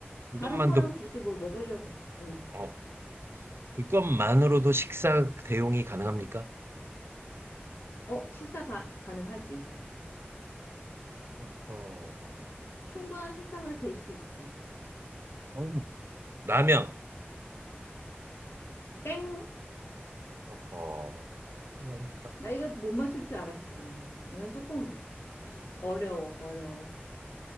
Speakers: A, on the right (about 75°); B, on the left (about 75°).
A: 그것만도
B: 다른 거랑 굳이 뭘 먹으려고. 응.
A: 어 그것만으로도 식사 대용이 가능합니까?
B: 어, 식사 가, 가능하지.
A: 어허.
B: 충분한 식사가 될 수 있지.
A: 어우, 라면.
B: 땡!
A: 어허. 그냥 딱딱.
B: 나 이거 못 맞출 줄 알았어, 왠지. 이건 조금
A: 음.
B: 어려워, 어려워.